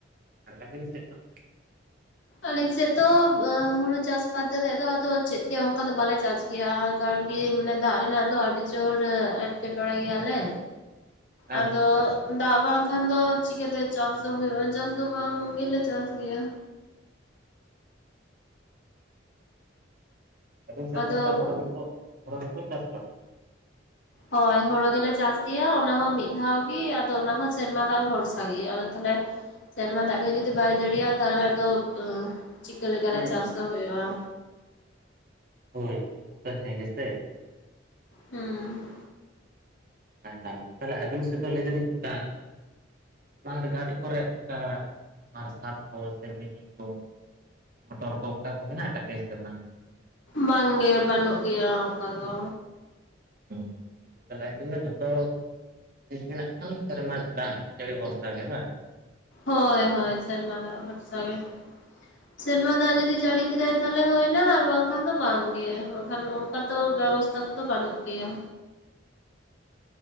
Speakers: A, on the right (about 50°); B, on the left (about 75°).
A: ᱟᱨ ᱟᱵᱮᱱ ᱥᱮᱫ ᱫᱚ
B: ᱟᱞᱤᱧ ᱥᱮᱫ ᱫᱚ, ᱮᱸ ᱦᱩᱲᱩ ᱪᱟᱥ ᱵᱟᱫᱮ <unintelligible> ᱫᱚ ᱟᱫᱚ ᱪᱮᱫ ᱜᱮ ᱚᱱᱠᱟ ᱫᱚ ᱵᱟᱞᱮ ᱪᱟᱥ ᱜᱮᱭᱟ, ᱠᱟᱨᱚᱱ ᱠᱤ ᱢᱟᱱᱮ ᱫᱟᱜ ᱨᱮᱱᱟᱜ ᱫᱚ ᱟᱹᱰᱤ ᱡᱳᱨ ᱮᱸᱴᱠᱮᱴᱚᱲᱮ ᱜᱮᱭᱟᱞᱮ᱾
A: <inaudible>
B: ᱟᱫᱚ
A: ᱟᱪᱪᱷᱟ ᱟᱪᱪᱷᱟ
B: ᱩᱸ ᱫᱟᱜ ᱵᱟᱝᱠᱷᱟᱱ ᱫᱚ ᱪᱤᱠᱟᱹᱛᱮ ᱪᱟᱥ ᱫᱚ ᱦᱩᱭᱩᱜᱼᱟ ᱪᱟᱥ ᱫᱚ ᱵᱟᱝ ᱜᱮᱞᱮ ᱪᱟᱥ ᱜᱮᱭᱟ᱾
A: ᱟᱵᱤᱱ ᱥᱮᱫ
B: ᱟᱫᱚ
A: ᱫᱚ ᱚᱱᱠᱟ ᱦᱳᱲᱳ ᱜᱮᱠᱚ, ᱦᱳᱲᱳ ᱜᱮ ᱠᱚ ᱪᱟᱥ ᱵᱟᱲᱟᱭᱟ᱾
B: ᱦᱳᱭ, ᱦᱳᱲᱳ ᱜᱮᱞᱮ ᱪᱟᱥ ᱜᱮᱭᱟ ᱚᱱᱟ ᱦᱚᱸ ᱢᱤᱫ ᱫᱷᱟᱣ ᱜᱮ ᱟᱫᱚ ᱚᱱᱟ ᱦᱚᱸ ᱥᱮᱨᱢᱟ ᱫᱟᱜ ᱵᱷᱚᱨᱥᱟ ᱜᱮ ᱟᱫᱚ ᱛᱟᱦᱞᱮ ᱥᱮᱨᱢᱟ ᱫᱟᱜ ᱜᱮ ᱡᱩᱫᱤ ᱵᱟᱭ ᱡᱟᱹᱲᱤᱭᱤᱭᱟ ᱛᱟᱦᱞᱮ ᱟᱫᱚ ᱟᱸ ᱪᱤᱠᱟᱹᱞᱮᱠᱟ
A: ᱦᱩᱸ
B: ᱨᱮ ᱪᱟᱥ ᱫᱚ ᱦᱩᱭᱩᱜᱼᱟ?
A: ᱦᱳᱭ, <inaudible> ᱦᱮᱸ ᱜᱮᱥᱮ᱾
B: ᱦᱩᱸ
A: <unintelligible> ᱛᱟᱦᱞᱮ ᱟᱹᱵᱤᱱ ᱥᱮᱫ ᱫᱚ ᱞᱟᱹᱭ ᱫᱟᱞᱤᱧ ᱚᱱᱠᱟ ᱢᱟᱴᱷ-ᱜᱷᱟᱴ ᱠᱚᱨᱮ ᱚᱱᱠᱟ ᱢᱟᱨᱥᱟᱞ ᱠᱚ ᱥᱮ ᱢᱤᱱᱤ ᱠᱚ ᱢᱚᱴᱚᱨ ᱠᱚ ᱚᱱᱠᱟ ᱠᱚ ᱢᱮᱱᱟᱜ ᱟᱠᱟᱫ ᱜᱮᱭᱟ ᱥᱮ ᱵᱟᱝ?
B: ᱵᱟᱝ ᱜᱮ ᱵᱟᱹᱱᱩᱜ ᱜᱮᱭᱟ ᱚᱱᱠᱟ ᱫᱚ᱾
A: ᱦᱩᱸ ᱟᱪᱪᱷᱟ ᱛᱟᱷᱞᱮ ᱟᱵᱤᱱ ᱫᱚ ᱡᱷᱚᱛᱚ <unintelligible> ᱢᱮᱱᱟᱜ ᱠᱷᱟᱱ ᱥᱮᱨᱢᱟ ᱫᱟᱜ-ᱡᱟᱹᱲᱤ ᱵᱷᱚᱨᱥᱟ ᱜᱮ ᱵᱟᱝ?
B: ᱦᱳᱭ ᱦᱳᱭ, ᱥᱮᱨᱢᱟ ᱫᱟᱜ ᱵᱷᱚᱨᱥᱟ ᱜᱮ᱾ ᱥᱮᱨᱢᱟ ᱫᱟᱜ ᱡᱩᱫᱤ ᱡᱟᱹᱲᱤ <unintelligible> ᱛᱟᱦᱞᱮ ᱦᱩᱭ ᱮᱱᱟ ᱟᱨ ᱵᱟᱝᱠᱷᱟᱱ ᱫᱚ ᱵᱟᱝ ᱜᱮ᱾ ᱵᱟᱠᱷᱟᱱ ᱚᱱᱠᱟ ᱫᱚ ᱵᱮᱵᱚᱥᱛᱷᱟ ᱠᱚᱫᱚ ᱵᱟᱹᱱᱩᱜ ᱜᱮᱭᱟ᱾